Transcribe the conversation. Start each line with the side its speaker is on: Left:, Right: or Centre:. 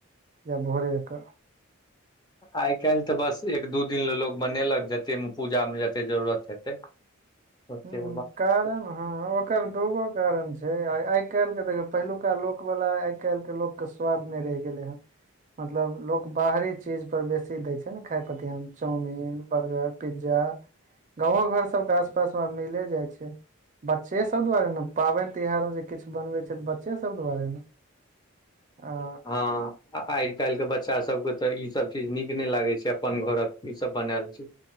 Right: या भोरेके
Left: आइ काल्हि तऽ बस एक दू दिन ल लोको बनेलक जतेकमे पूजा में जतेक जरूरत हेतै ओते
Right: ह
Left: बाकी
Right: कारण हँ ओकर दूगो कारण छै। आइ काल्हि के देखियौ पहिलुका लोक वला आइ काल्हिके लोक के स्वाद नहि रहि गेलै हेन मतलब लोक बाहरी चीज पर बेसी दय छै। ने खाय पर ध्यान चाउमिन बर्गर पिज्जा गाँवो घोर सभ के आसपास में आब मिले जाइ छै। बच्चे सभ दुआरे ने पाबनि- तिहार जे किछु बनबै छै। बच्चे सभ दुआरे ने।
Left: <inaudible>
Right: आ
Left: हँ आ आइ काल्हिके बच्चा सभ के तऽ ई सभ चीज नीक नै लागै छै। अप्पन घोरक ई सभ बनाल छै।